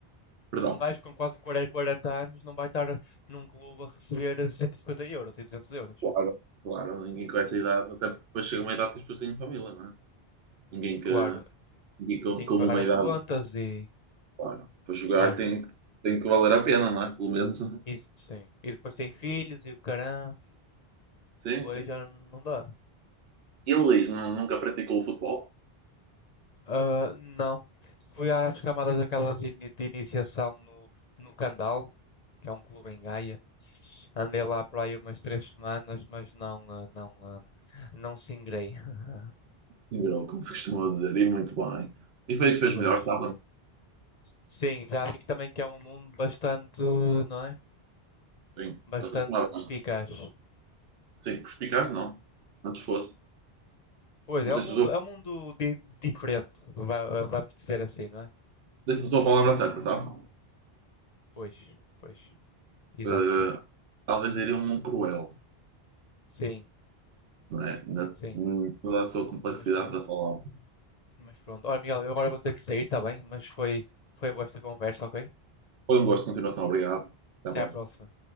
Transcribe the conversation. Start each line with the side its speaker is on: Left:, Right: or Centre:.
Right: Perdão,
Left: Um gajo com quase 40 anos não vai estar num clube a receber 150 euros e 200 euros.
Right: Claro. claro, ninguém com essa idade, até porque depois chega uma idade que as pessoas têm família, não é? Ninguém que,
Left: Claro,
Right: ninguém com,
Left: E tem
Right: com
Left: que pagar
Right: uma
Left: as
Right: idade,
Left: contas e.
Right: claro, para jogar
Left: Não é?
Right: tem, tem que valer a pena, não é? Pelo menos. <laughs>
Left: E, sim. E depois tem filhos e o caramba.
Right: Sim,
Left: Depois
Right: sim.
Left: já não dá.
Right: E o Luís, nu- nunca praticou o futebol?
Left: Ah, não. Fui às camadas daquelas ini- de iniciação no, no Candal, que é um clube em Gaia. Andei lá para aí umas três semanas, mas não, ah, não, ah, não singrei. <laughs>
Right: Ingrou, como se costuma dizer, e muito bem. E foi aí que fez
Left: Pois.
Right: melhor, estava.
Left: Sim, já vi que também que é um mundo bastante, não é?
Right: Sim,
Left: Bastante
Right: bastante nada.
Left: perspicaz.
Right: Sim, perspicaz, não. Antes fosse.
Left: Pois,
Right: Não
Left: é
Right: sei
Left: um mundo,
Right: se usou, não
Left: é um mundo di- diferente, va- vamos dizer assim, não é?
Right: sei se usou a palavra certa, sabe?
Left: Pois, pois. Exato.
Right: Eh, talvez diria um mundo cruel,
Left: Sim,
Right: não é? Na,
Left: sim.
Right: em toda a sua complexidade
Left: Mas pronto.
Right: da palavra.
Left: Mas pronto. Olha, Miguel, eu agora vou ter que sair, tá bem? Mas foi, foi boa esta conversa, ok?
Right: Foi um gosto, continuação, obrigado. Até
Left: Até
Right: à próxima.
Left: à próxima.